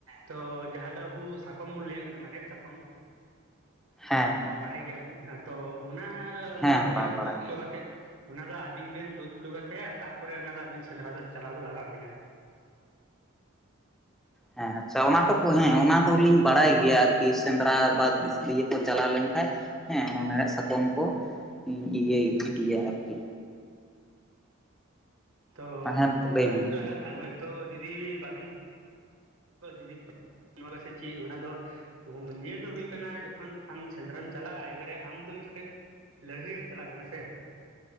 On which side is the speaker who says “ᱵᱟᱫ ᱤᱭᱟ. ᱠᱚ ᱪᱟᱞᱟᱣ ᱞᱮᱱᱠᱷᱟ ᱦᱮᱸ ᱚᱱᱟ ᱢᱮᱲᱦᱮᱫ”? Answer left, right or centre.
Centre